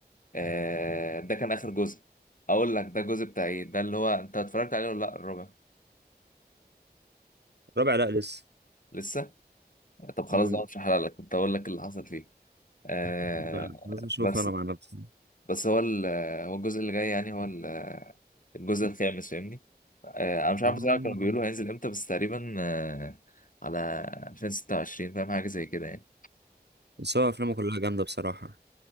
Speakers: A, on the left (about 50°); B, on the right (about 75°).
A: آه ده كان اخر جزء اقول لك ده الجزء بتاع ايه ده اللي هو انت اتفرجت عليه ولا لا الربع
B: الرابع لا لسه
A: لسه طب خلاص
B: مم.
A: بقى مش هحرق لك كنت اقول لك اللي حصل فيه آه
B: لا بس اشوف
A: بس
B: انا مع نفسي
A: بس هو ال- هو الجزء اللي جاي يعني هو ال- الجزء الخامس فاهمني آه انا مش عارف
B: آه.
A: بصراحه كانوا بيقولوا هينزل امتى بس تقريبا آه على 2026 فاهم حاجه زي كده يعني
B: بس هو افلامه كلها جامده بصراحه